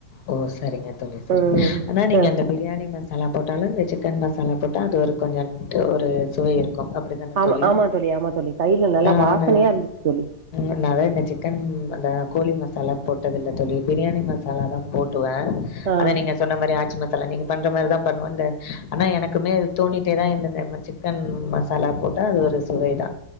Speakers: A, on the left; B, on the right.
A: ஓ சரிங்க தோழி சரிங்க
B: ம்
A: ஆனா நீங்க
B: அ
A: இந்த பிரியாணி மசாலா போட்டாலு இந்த சிக்கன் மசாலா போட்ட அது ஒரு கொஞ்ச ஒரு சுவை இருக்கு அப்படித்தானே
B: ஆமா
A: தோழி
B: ஆமா ஆமா தோழி கையில நல்லா
A: நானு
B: வாசனையா இருந்துச்சு தோழி
A: இல்ல அத இந்த சிக்கன் அந்த கோழி மசாலா போட்டதில்ல தோழி பிரியாணி மசாலா தா ட்டுவே
B: ஆ
A: அத நீங்க சொன்ன மாரி ஆச்சி ம சாலா நீங்க பண்ற மாரி தா பண்ணுவே இந்த ஆனா எனக்குமே அது தோணிட்டே தா இருந்தது இந்த சிக்கன் மசாலா போட்டா அது ஒரு சுவைதா